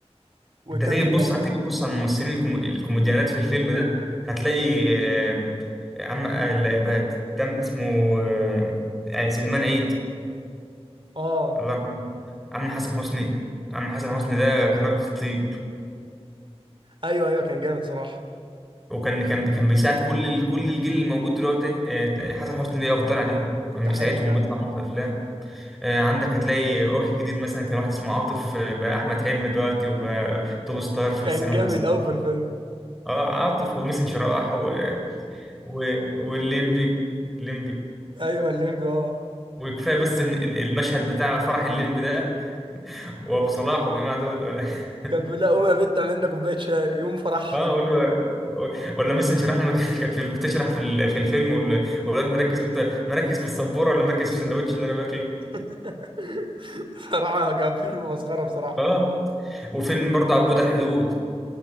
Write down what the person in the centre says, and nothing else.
انت تيجي
تبص
هتيجي تبص على الممثلين الكوم... الكوميديانات في الفيلم ده هتلاقي آم، عم آه، ال- بقى- تم اسمه آم، يعني سلمان عيد
الله يرحمه عم حسن حسني عم حسن حسني ده كان راجل خطير
وكان كان كان بيساعد كل ال- كل الجيل اللي موجود دلوقتي آه، حسن حسني ليه افضل عليهم وكان
بيساعدهم
بيطلع معاهم في افلام آه، عندك هتلاقي وجه جديد مثلا كان واحد اسمه عاطف آه، بقى احمد حلمي دلوقتي وبقى توب ستار في
السينما
المصريه
اه عاطف وميسن شراح و... و... والليمبي الليمبي
وكفايه بس إن- إن المشهد بتاع فرح الليمبي ده <laughs> وابو صلاح والجماعه دول ولا <laughs>
اه ولا ولا مثلا شرح لما <laughs> كانت في- بتشرح في ال- في الفيلم وال- والولاد مركز قلت مركز في السبوره ولا مركز في السندوتش اللي انا باكله
اه وفيلم برضه عبود على الحدود